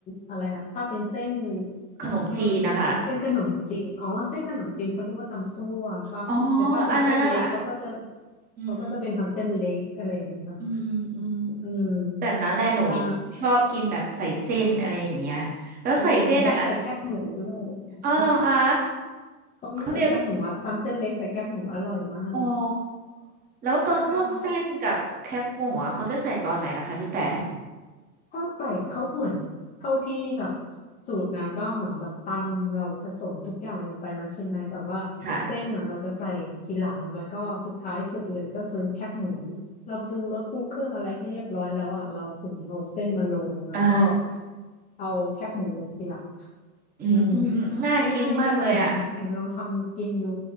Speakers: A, on the left; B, on the right.
A: อะไรนะถ้าเป็นเส้น
B: ขนมจีนนะคะ
A: เรียกว่าเส้นเส้นขนมจีนอ๋อเส้นขนมจีนเขาเรียกว่าตำซั่วป่ะแต่ถ้าเป็นเส้นเล็กเขาก็จะ
B: อ๋ออันนั้นอ่ะอืมอืม
A: เขาก็จะเป็นตำเส้นเล็กอะไรอย่างเงี้ยป่ะ
B: อืมอืมอืม
A: อืม
B: แบบนั้นแหละหนู
A: ใช่
B: ชอบกินแบบใส่เส้นอะไรอย่างเงี้ยแล้วใส่เส้นอ่ะ
A: อุ้ยแอมต้องใส่แคบหมูด้วย
B: อ๋อเหรอคะ
A: เขามีใส่แคบหมูอะตำเส้นเล็กใส่แคบหมูอร่อยมาก
B: เขาเรียกอ๋อแล้วตอนพวกเส้นกับแคบหมูอะเขาจะใส่ตอนไหนนะคะพี่แต่
A: ใช่ ถ้าใส่เขาเหมือนเท่าที่แบบสูตรนะก็เหมือนแบบตำเราผสมทุกอย่างลงไปแล้วใช่ไหมแต่ว่าเส้นน่ะเราจะใส่ทีหลังแล้วก็สุดท้ายสุดเลยก็คือแคบหมู
B: ค่ะ
A: เราปรุงรสปรุงเครื่องอะไรให้เรียบร้อยแล้วอ่ะเราถึงเอาเส้นมาลงแล้วก็
B: อ่า
A: เอาแคบหมูลงทีหลัง
B: อืมอืมอืมน่ากินมากเลยอ่ะ
A: อืมง่ายๆเลยแอมแอมลองทำกินดู